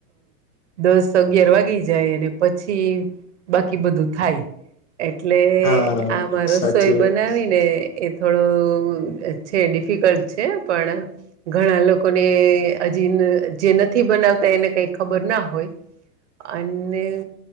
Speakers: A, on the right; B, on the left.
A: દસ અગિયાર વાગી જાય, અને પછી બાકી બધું થાય એટલે
B: હા
A: આમા રસોઈ,
B: સાચી વાત
A: બનાવી ને એ થોડો છે, ડીફિકલ્ટ છે. પણ ઘણા લોકોને હજી જે નથી, બનાવતા એને કઈ ખબરના હોય. અને